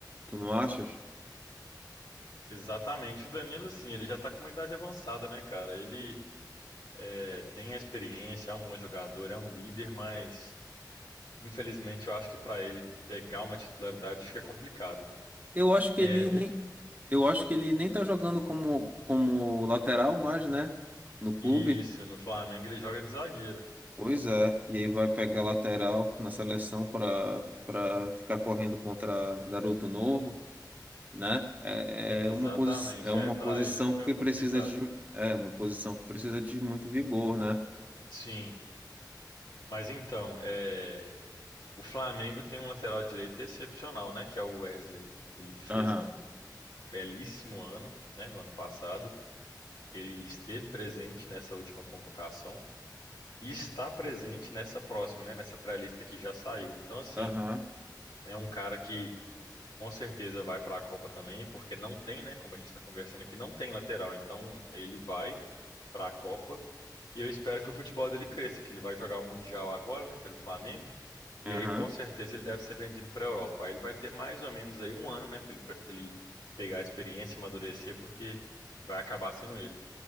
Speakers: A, on the right; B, on the left.
A: tu não achas?
B: Exatamente. O Danilo, assim, ele já tá com uma idade avançada, né, cara? Ele é, tem a experiência, é um bom jogador, é um líder, mas infelizmente eu acho que para ele pegar uma titularidade fica complicado.
A: Eu acho que
B: É
A: ele
B: um
A: nem, eu acho que ele nem tá jogando como, como lateral mais, né? No clube.
B: isso, no Flamengo ele joga de zagueiro.
A: Pois é, e aí vai pegar lateral na seleção para para ficar correndo contra garoto novo. né? É,
B: Exatamente,
A: é uma posi é uma
B: é, para
A: posição
B: ele fica
A: que
B: complicado.
A: precisa de é uma posição que precisa de muito vigor, né?
B: Sim, mas então, é, O Flamengo tem um lateral direito excepcional, né? Que é o Wesley. Ele fez
A: Aham,
B: um belíssimo ano, né? No ano passado. Ele esteve presente nessa última convocação e está presente nessa próxima, né? Nessa pré-lista que já saiu. Então, assim,
A: aham,
B: é um cara que com certeza vai para a Copa também, porque não tem, né? Como a gente está conversando aqui, não tem lateral. Então, ele vai para a Copa e eu espero que o futebol dele cresça, que ele vai jogar o Mundial agora, né? Pelo Flamengo. E
A: aham.
B: aí, com certeza, ele deve ser vendido para a Europa. Aí ele vai ter mais ou menos aí um ano, né, para ele, pra ele pegar a experiência, amadurecer, porque vai acabar sendo ele.